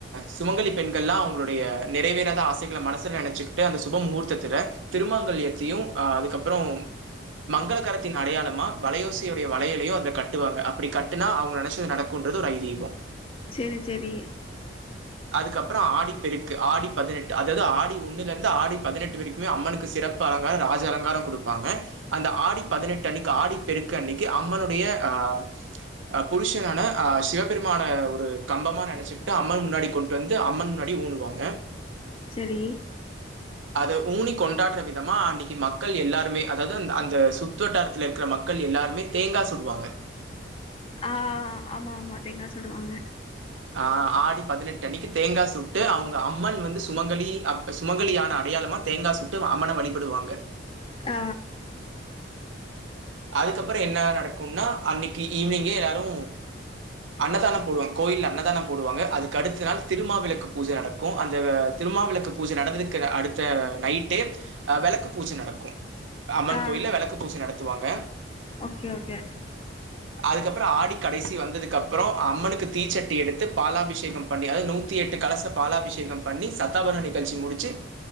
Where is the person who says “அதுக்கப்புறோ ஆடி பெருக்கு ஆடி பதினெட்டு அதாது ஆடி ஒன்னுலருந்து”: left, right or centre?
Right